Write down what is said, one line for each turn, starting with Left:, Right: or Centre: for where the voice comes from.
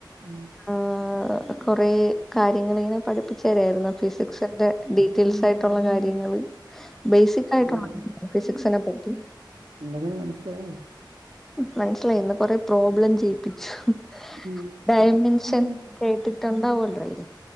Right: ഉം.
Centre: ആ കൊറ കാര്യങ്ങള ഇങ്ങനെ പഠിപ്പിച്ചു തരായിരുന്നു ഫിസിക്സ്ന്റെ ഡീറ്റെയിൽസ് ആയിട്ട് <unintelligible> ള്ള കാര്യങ്ങ ബേസിക് ആയിട്ട്
Right: ഉം.
Centre: ഫിസിക്സിനെ പറ്റി
Right: എന്തെങ്കിലും മനസ്സിലായോ?
Centre: മനസ്സിലായി ഇന്ന് കൊറെ പ്രോബ്ലം ചെയ്യിപ്പിക്കും
Right: ഉം.
Centre: ഡയമെൻഷൻ
Right: ഉം. ഉം.
Centre: കേട്ടിട്ടുണ്ടാവൂല്ലല്ലേ